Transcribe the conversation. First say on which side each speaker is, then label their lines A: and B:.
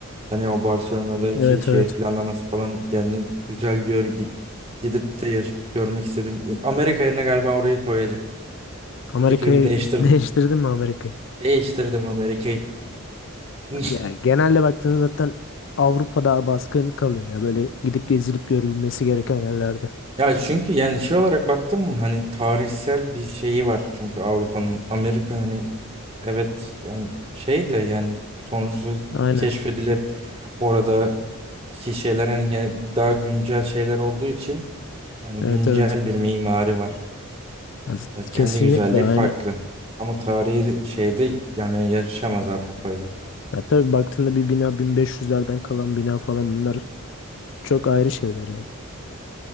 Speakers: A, on the right (about 25°); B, on the left (about 55°).
A: Hani o Barcelona'daki
B: Evet
A: şehir
B: evet.
A: planlaması falan yani güzel gör gi- gidip de yaş- görmek istedim. Amerika yerine galiba orayı koyacağım.
B: Amerika'yı
A: Fikrimi değiştirdim.
B: <laughs> değiştirdin mi Amerika'yı?
A: Değiştirdim Amerika'yı. <laughs>
B: Ya genelde baktığınız zaten Avrupa'da baskın kalıyor ya böyle gidip gezilip görülmesi gereken yerlerde.
A: Ya çünkü yani şey olarak baktım mı hani tarihsel bir şeyi var çünkü Avrupa'nın Amerika hani Evet yani şey de yani sonuçta
B: Aynen.
A: keşfedilip orada ki şeyler hani gene- daha güncel şeyler olduğu için hani
B: Evet
A: güncel
B: evet.
A: bir mimari var.
B: Ya z-
A: Yani kendi
B: kesinlikle
A: güzelliği
B: aynen.
A: farklı. Ama tarihi şeyde yani yarışamaz Avrupa'yla.
B: Ya tabii baktığında bir bina 1500'lerden kalan bina falan bunlar çok ayrı şeyler yani.